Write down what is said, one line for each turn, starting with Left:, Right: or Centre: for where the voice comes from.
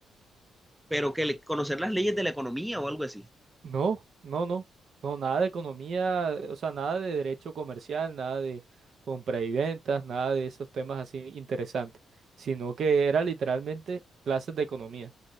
Centre: pero que le- conocer las leyes de la economía o algo así.
Right: no, no, no, no, nada de economía, o sea, nada de derecho comercial, nada de compra y ventas, nada de esos temas así interesantes, sino que era literalmente clases de economía.